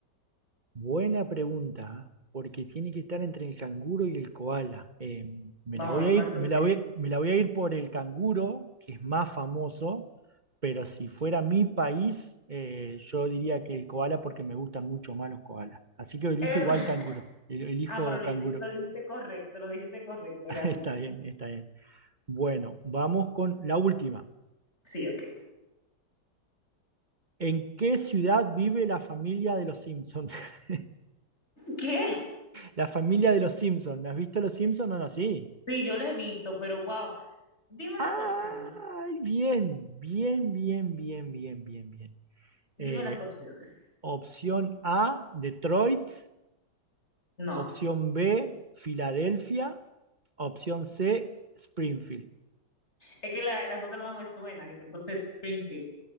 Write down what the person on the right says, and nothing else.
Buena pregunta, porque tiene que estar entre el canguro y el koala. Eh, me
la voy
a
ir,
me
la voy, me la voy a ir por el canguro, que es más famoso, pero si fuera mi país, eh, yo diría que el koala porque me gustan mucho más los koalas. Así que elijo
igual
canguro, el- elijo
canguro.
<laughs> Está bien, está bien. Bueno, vamos con la última.
¿En qué ciudad vive la familia de los Simpsons? <laughs>
La familia de los Simpsons. ¿Has visto los Simpsons o no? Sí.
Ay,
bien, bien, bien, bien, bien, bien, bien.
Eh,
opción A, Detroit.
Opción B, Filadelfia. Opción C, Springfield.